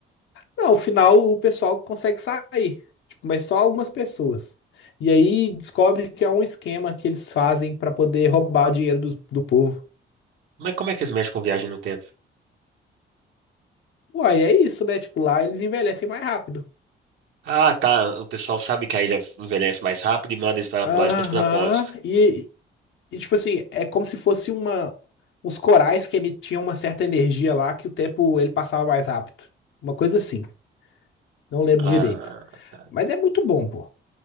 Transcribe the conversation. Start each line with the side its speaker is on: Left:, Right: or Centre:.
Left: Não, ao final o pessoal consegue sair, tipo, mas só algumas pessoas. E aí descobre que é um esquema que eles fazem para poder roubar o dinheiro do, do povo.
Right: Mas como é que eles mexem com viagem no tempo?
Left: Uai, é isso, né? Tipo, lá eles envelhecem mais rápido.
Right: Ah, tá. O pessoal sabe que a ilha envelhece mais rápido e manda eles pra
Left: Aham.
Right: pra lá de propósito.
Left: E, e, tipo assim, é como se fosse uma uns corais que emitiam uma certa energia lá que o tempo ele passava mais rápido. Uma coisa assim. Não lembro
Right: Ah,
Left: direito.
Right: tá.
Left: Mas é muito bom, pô.